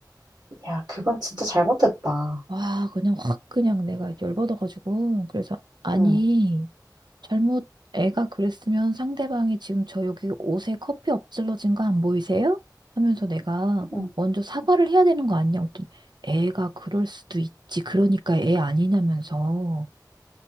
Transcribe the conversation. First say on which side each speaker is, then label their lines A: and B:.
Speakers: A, on the right; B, on the right.
A: 야, 그건 진짜 잘못됐다.
B: 와, 그냥 확 그냥 내가 열받아가지고. 그래서, 아니,
A: 응,
B: 잘못 애가 그랬으면 상대방이 지금 저 여기 옷에 커피 엎질러진 거 안 보이세요? 하면서 내가
A: 응.
B: 먼저 사과를 해야 되는 거 아니냐? 고랬더니 애가 그럴 수도 있지. 그러니까 애 아니냐면서.